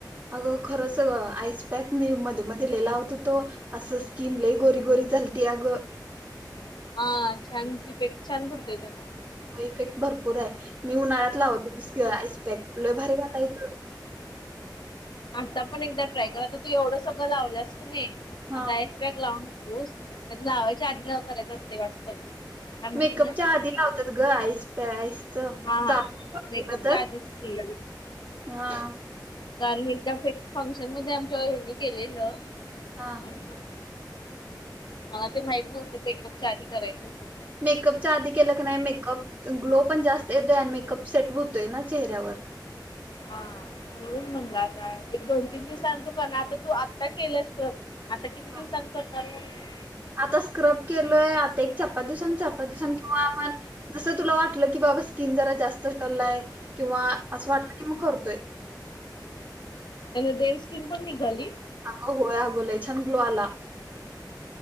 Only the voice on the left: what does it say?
हा छान इफेक्ट छान पडतो त्यांना.
आता पण एकदा ट्राय क तर तू एवढं सगळं लावलंस कि नाही.
आता आईस पॅक लावू नकोस लावाच्या आधी नाव करायचं असते वाटतं. काय माहित
नाही
हा
हा
मेकअपच्या
आधीच की
कारण एकदा फंक्शन मध्ये आमच्या हनी केलेलं.
आणि मला ते माहित नव्हत पेकअपच्या आधी करायचं होतं.
हा ये म्हगलं आता एक दोन तीन दिवसां तू काना आता तू आत्ता केलंस. आता किती दिवसांनी
करणार मगं.
त्यानं देड स्कीिन पण निघाली.